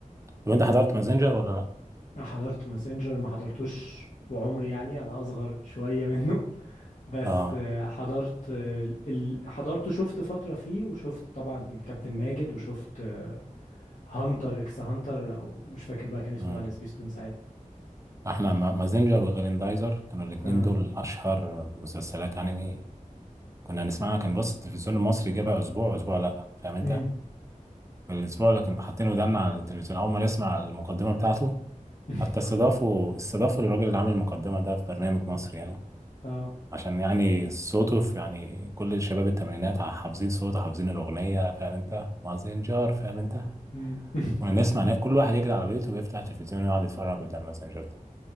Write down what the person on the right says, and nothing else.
طب انت حضرت مازنجر ولا لا؟
اه
مم.
احنا ما- مازنجر وغريندايزر كانوا الاتنين
دول اشهر مسلسلات انمي كنا نسمعها كان بص التلفزيون المصري جابها اسبوع اسبوع لا فاهم انت؟
في الاسبوع اللي كنا حاطين ودانا على التلفزيون اول ما نسمع المقدمة بتاعته
حتى استضافوا استضافوا الراجل اللي عامل المقدمة ده في برنامج مصري هنا
عشان يعني صوته في يعني كل شباب التمانينات ع- حافظين صوته حافظين الأغنية فاهم أنت مازنجر فاهم أنت
كنا نسمع نا- كل واحد يجري على بيته ويفتح التلفزيون ويقعد يتفرج قدام مازنجر ده